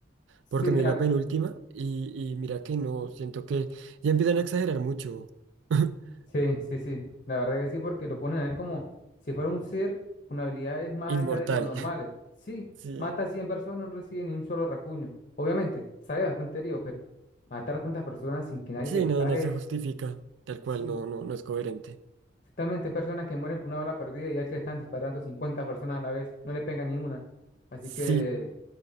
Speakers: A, on the left (about 40°); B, on the right (about 70°).
A: Sí,
B: porque me
A: ya.
B: vi la penúltima y, y mira que no, siento que ya empiezan a exagerar mucho. <laughs>
A: Sí, sí, sí. La verdad que sí, porque lo ponen a él como si fuera un ser con habilidades más
B: Inmortal.
A: allá de lo normales. Sí,
B: <laughs> Sí,
A: mata a 100 personas, no recibe ni un solo rasguño. Obviamente, sale bastante herido, pero matar a tantas personas sin que nadie
B: sí,
A: le dispare,
B: no, no se justifica, tal cual,
A: sí.
B: no, no, no es coherente.
A: Exactamente, hay personas que mueren por una bala perdida y al que le están disparando 50 personas a la vez, no le pega ninguna. Así que
B: Sí,